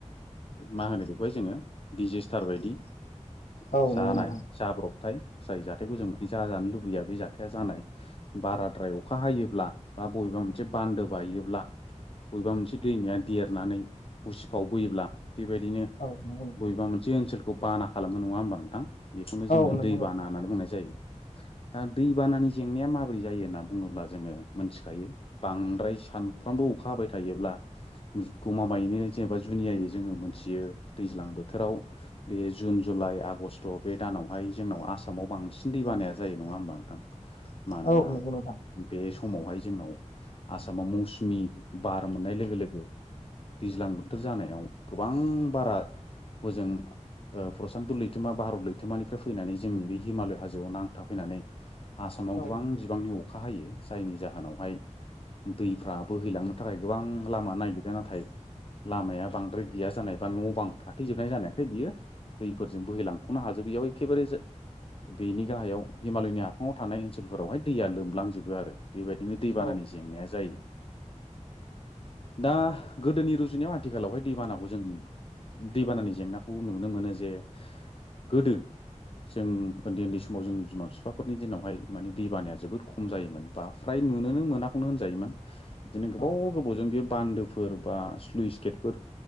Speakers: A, on the left; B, on the left.
A: मा होनो बेखौहाय जोङो दिडजिस्टार बायदि
B: औ
A: जानाय
B: नंगौ नोंथां
A: जाब्रब जाथाय जाय जाथायखौ जों माने जाजानो लुबैया बे जाथाया जानाय बाराद्राय अखा हायोब्ला बा बबेबा मोनसे बान्दो बायोब्ला बबेबा मोनसे दैमाया देरनानै उसिफाव बोयोब्ला बेबायदिनो
B: औ नंगौ नोंथां
A: बबेबा मोनसे ओनसोलखौ बाना खालामो नङा होमबा नोंथां बेखौनो जोङो
B: औ नंगौ
A: दै
B: नोंथां
A: बाना होननानै बुंनाय जायो दा दैबानानि जेंनाया माबोरै जायो होनना बुङोब्ला जोङो मोनथिखायो बांद्राय सानफ्रोमबो अखा हाबाय थायोब्ला गमामायैनो जेनेबा जुनियायै जोङो मोनथियो दैज्लां बोथोराव बे जुन जुलाइ आगष्ट' बे दान जोंनावहाय जोंनाव आसामाव बांसिन दै बानाया जायो नङा होमबा नोंथां मानोना
B: औ नंगौ नोंथां
A: बे सम समावहाय जोंनाव आसामाव मौसुमि बार मोननाय लोगो लोगो दैज्लांबो बोथोर जानायाव गोबां बारा हजों प्रसान्त लैथोमा भारत लैथोमानिफ्राय फैनानै जोंनि बे हिमालय हाजोआव नांथाफैनानै आसामाव
B: औ
A: गोबां बिबांनि अखा हायो जायनि जाहोनावहाय दैफ्रा बोहैलांनो थाखाय गोबां लामा नागिरो नाथाय लामाया बांद्राय गैया जानाय बा न' बां थाथेजोबनाय जानायखाय बियो दैफोरजों बोहैलांख'नो हाजोबै बेयाव एखेबारे बेनि गाहायाव हिमालयनि हाफाङाव थानाय ओनसोलफोरावहाय दैया लोमलांजोबो आरो बेबायदिनो दैबानानि
B: औ
A: जेंनाया जायो दा गोदोनि रुजु नायाव आथिखालावहाय दैबानाखौ जों दैबानानि जेंनाखौ नुनो मोनो जे गोदो जों उन्दै उन्दै समाव जोंनि बिमा बिफाफोरनि दिनावहाय माने दै बानाया जोबोद खम जायोमोन बा फ्राय नुनोनो मोनाखौनो होनजायोमोन बिदिनो गोबाव
B: औ
A: गोबावजों बे बान्दोफोर बा फ्लुइस गेटफोर